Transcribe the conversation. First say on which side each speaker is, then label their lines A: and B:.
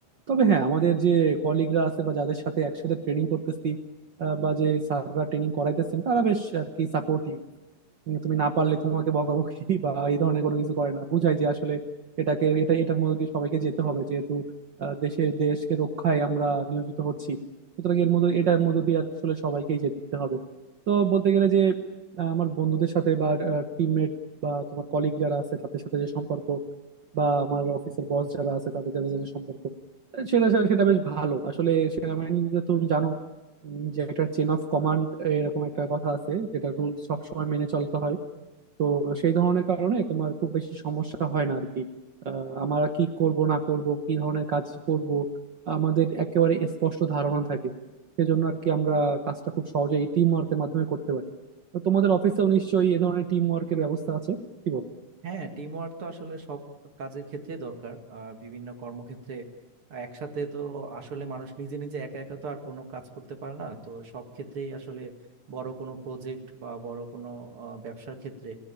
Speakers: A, on the right (about 70°); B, on the right (about 45°).
A: তবে হ্যাঁ আমাদের যে কলিগরা আছে বা যাদের সাথে একসাথে ট্রেনিং করতেছি আহ, বা যে স্যাররা ট্রেনিং করাইতেছেন তারা বেশ আর কি সাপোর্টিভ উম, তুমি না পারলে তোমাকে বকাবকি <laughs> বা এই ধরনের কোনো কিছু করে না বুঝায় যে আসলে এটাকে এটা এটার মধ্যে দিয়ে সবাইকে যেতে হবে যেহেতু আহ, দেশে দেশকে রক্ষায় আমরা নিয়োজিত হচ্ছি সুতরাং এর মধ্যে এটার মধ্যে দিয়ে আসলে সবাইকেই যেতে হবে তো বলতে গেলে যে আহ, আমার বন্ধুদের সাথে বা টিমমেট বা তোমার কলিগ যারা আছে তাদের সাথে যে সম্পর্ক বা আমার অফিসের বস যারা আছে তাদের সাথে যে সম্পর্ক আহ, সেটা সেটা বেশ ভালো আসলে সেনাবাহিনীতে তো তুমি জানো উম, যে একটা চেন অফ কমান্ড এরকম একটা কথা আছে যেটা রুল সবসময় মেনে চলতে হয় তো সেই ধরনের কারণে তোমার খুব বেশি সমস্যা হয় না আর কি আহ, আমরা কি করব না করব কি ধরনের কাজ করব আমাদের একেবারে স্পষ্ট ধারণা থাকে সেজন্য আর কি আমরা কাজটা খুব সহজে এই টিম ওয়ার্কের মাধ্যমে করতে পারি তো তোমাদের অফিসেও নিশ্চয়ই এ ধরনের টিম ওয়ার্কের ব্যবস্থা আছে কি বলো
B: হ্যাঁ টিম ওয়ার্ক তো আসলে সব কাজের ক্ষেত্রে দরকার আর বিভিন্ন কর্মক্ষেত্রে একসাথে তো আসলে মানুষ নিজে নিজে একা একা তো আর কোনো কাজ করতে পারে না তো সব ক্ষেত্রেই আসলে বড় কোনো প্রজেক্ট বা বড় কোনো আহ, ব্যবসার ক্ষেত্রে